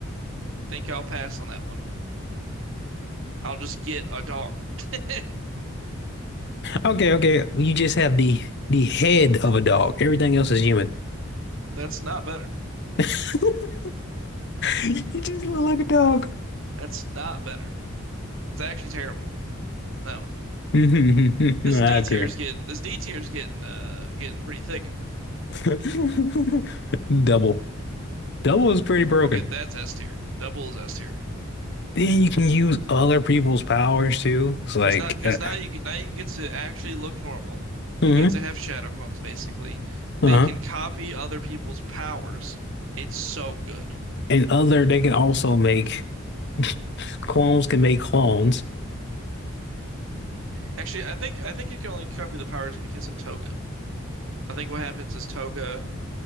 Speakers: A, on the right; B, on the left.
A: Think I'll pass on that one. I'll just get a dog. <laughs>
B: Okay, okay. well, You just have the the head of a dog. Everything else is human.
A: That's not better.
B: <laughs> You just look like a dog.
A: That's not better. It's actually terrible. No.
B: <laughs> Mhm,
A: This
B: I
A: D
B: agree.
A: tier's get this D tier's getting uh getting pretty thick.
B: <laughs> Double. Double is pretty broken.
A: Okay, that's S tier. Double is S tier.
B: Then you can use other people's powers too. It's like,
A: Because now, because
B: uh,
A: now you now you get to actually look normal. You
B: hmm
A: get to have shadow clones basically.
B: uh-huh.
A: They can copy other people's powers. It's so good.
B: And other, they can also make <laughs> clones can make clones.
A: Actually, I think I think you can only copy the powers because of Toga. I think what happens is Toga